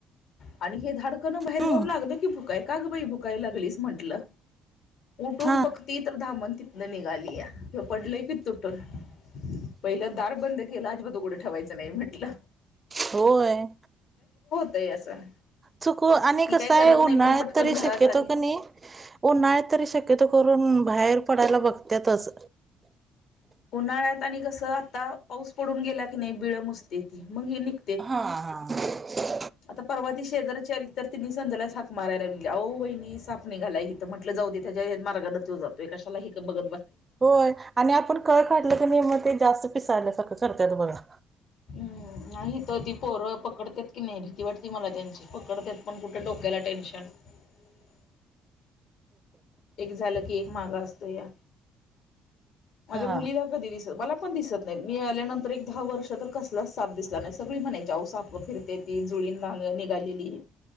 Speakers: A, on the left; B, on the right.
A: आणि हे धाड. न बाहेर
B: हम्म
A: जाऊन लागल की भुकाय का ग बा भुकाय लागलीस म्हंटलं. उठून
B: हा
A: बघ ती तर धामण तिथनं निघाली या हे पडलय की तुटून पहिलं दार बंद केलं अजब तो गडं ठेवायचं नाही म्हटलं.
B: होय.
A: तेही असं.
B: चुक आणि
A: ती
B: कसय
A: काही करत नाही
B: उन्हाळ्यात
A: पण पटकन
B: तरी
A: घरात
B: शक ेतो
A: आली
B: क नाही नाही तरी शक्यत करून बाहेर. पडायला बघतच.
A: उन्हाळ्यात आणि कस आता पाऊस पडून गेला की नाही बिळ मुसते ती मग निघ.
B: हा हा.
A: आता परवा ती शेजारच्या आली तर तिने संध्यालाच हाक मारायला लाेली अ बहिणी साप नि घालाय ह म्हटलं. त्याच्या मारगा जातो ककाशाला ब
B: होय आणि आपण कळ काढलं की ने म ते जास्त पिसायला सारखळं करत त बघा.
A: नाही हथं ती पोरं पकडतात की नाही भीती वाटते मला त्यांची पकडत पण कुठे डोक्याला टेन्शन <unintelligible> एक झालं की एक माग असतो या. माझ्या
B: हा
A: मुलीला कधी दिसत मला पण दिसत नाही मी आल्यानंतर एक दहा वर्ष तर कसलाच साथ दिसला नाही सगळी म्ह ण्याच्या ऊसात फिरते ती जुळीन निघालेली.